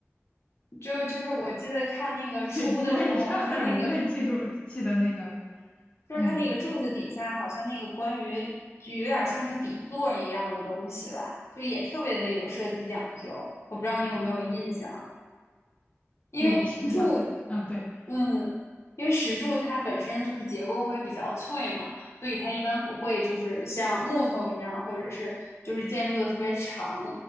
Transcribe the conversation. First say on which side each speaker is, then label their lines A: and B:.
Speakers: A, on the left; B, on the left.
A: 就就是我记得看那个书的时候，
B: 对，我也是看但是我不太记住记得那个，
A: 它那个就是它那个柱子底下，
B: 嗯，
A: 好像那个关于就有点像是底座一样的东西吧，就也特别的有设计讲究。我不知道你有没有印象。因为柱，
B: 有印象的，啊对，
A: 嗯，因为石柱它本身就是结构会比较脆嘛，所以它一般不会就是像木头一样，或者是就是建筑的特别长。